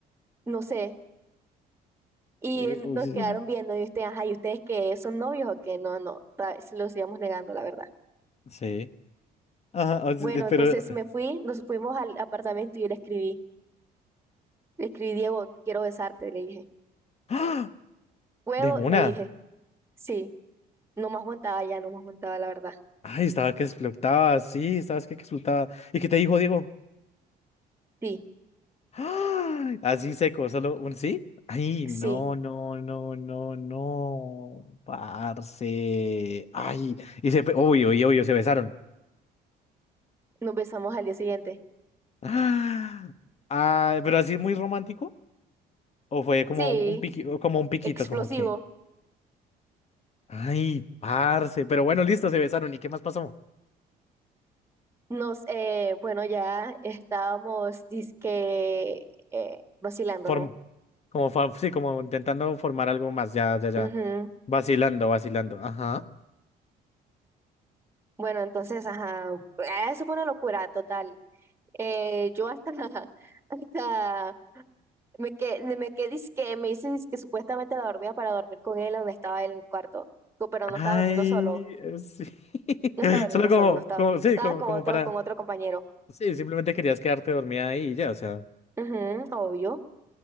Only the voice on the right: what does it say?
no sé. Y
nos
quedaron viendo y ustedes, ajá, ¿y ustedes qué son novios o qué? No, no, ta- se los íbamos negando, la verdad.
Bueno,
entonces me fui, nos fuimos al apartamento y yo le escribí. Le escribí, Diego, quiero besarte, le dije.
¿Puedo?
Le dije. Sí, no me aguantaba ya, no me aguantaba, la verdad.
Sí,
sí,
nos besamos al día siguiente.
Sí,
explosivo.
Nos, eh, bueno, ya estábamos, dizque, eh, vacilando,
¿no?
Ujú.
Bueno, entonces, ajá, ah, eso fue una locura total. Eh, yo hasta, <laughs> hasta me quedé, me quedé, que me dicen que supuestamente la dormía para dormir con él donde estaba él en el cuarto, Co- pero no
estaba durmiendo solo,
no estaba durmiendo
solo,
no estaba,
estaba
con
otro,
con otro compañero.
Ujú, obvio.